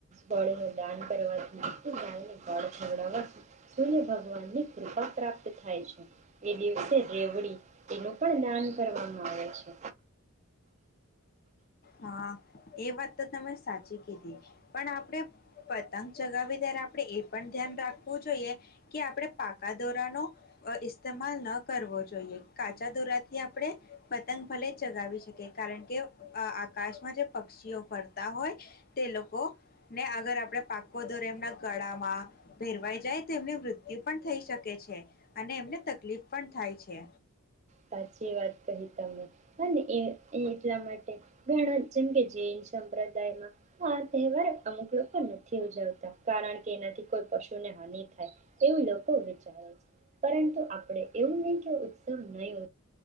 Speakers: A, on the right (about 30°); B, on the left (about 40°).
A: ગોળ ન દાન કરવાથી ગાયને ગોળ ખવડાવવાથી સૂર્ય ભગવાન ની કૃપા પ્રાપ્ત થાય છે, એ દિવસે રેવડી, એનું પણ દાન કરવામાં આવે છે.
B: હા, એ વાત તો તમે સાચી કીધી, પણ આપણે પતંગ ચગાવી ત્યારે આપણે એ પણ ધ્યાન રાખવું જોઈએ, કે આપણે પાકા દોરાનોો ઇસ્તેમાલ ન કરવો જોઈએ કાચા દોરાથી આપણે, પતંગ ભલે ચગાવી શકીએ કારણ કે આકાશમાં જે પક્ષીઓ ફરતા હોય, તે લોકો ને અગર આપણે પાકો દોરે એમના ગળામાં ભેરવાઈ જાય તો એમની મૃત્યુ પણ થઈ શકે છે, અને એમને તકલીફ પણ થાય છે.
A: સાચી વાત કહી તમે, અને એ એટલા માટે ઘણા જેમ કે જૈન સંપ્રદાયમાં, આ તહેવાર અમુક લોકો નથી ઉજવતા, કારણ કે એનાથી કોઈ પશુને હાનિ થાય એવું લોકો વિચારે છે, પરંતુ આપણે એવું નહીં કે ઉત્સવ નહીં